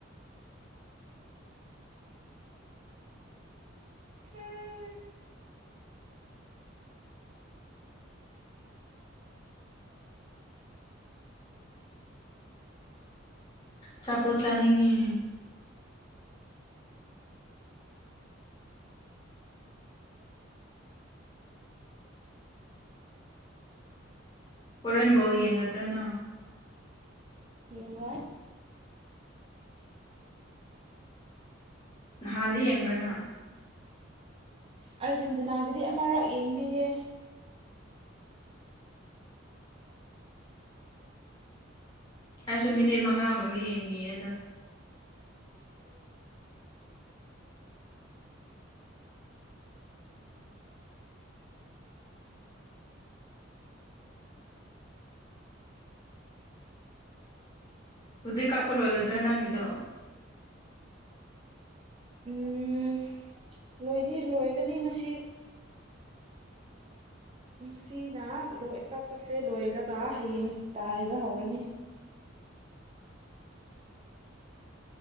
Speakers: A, on the right (about 30°); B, on the left (about 20°).
A: ꯎꯝ
B: ꯆꯥꯄꯣꯠ ꯆꯥꯅꯤꯡꯉꯦ ꯍꯣꯔꯦꯟ ꯕꯣꯟ ꯌꯦꯡꯒꯗ꯭ꯔ ꯅꯪ
A: ꯌꯦꯡꯔꯣꯏ
B: ꯅꯍꯥꯟꯗꯤ ꯌꯦꯡꯕ꯭ꯔꯅ
A: ꯑꯥꯔꯖꯦꯟꯇꯤꯅꯥꯒꯗꯤ ꯑꯃꯔꯛ ꯌꯦꯡꯕꯤꯌꯦ
B: ꯑꯩꯁꯨ ꯃꯤꯅꯤꯠ ꯃꯉꯥꯒꯨꯝꯕ ꯌꯦꯡꯕꯤꯌꯦ ꯑꯗꯣ ꯍꯧꯖꯤꯛ ꯀꯥꯞꯄ ꯂꯣꯏꯒꯗ꯭ꯔꯥ ꯅꯪꯒꯤꯗꯣ
A: ꯎꯝ ꯂꯣꯏꯗꯤ ꯂꯣꯏꯔꯅꯤ ꯉꯁꯤ ꯅꯨꯡꯁꯤꯅꯣꯏ ꯀꯛꯄꯁꯦ ꯂꯣꯏꯔꯒ ꯍꯌꯦꯡ ꯇꯥꯏꯕ ꯍꯧꯔꯅꯤ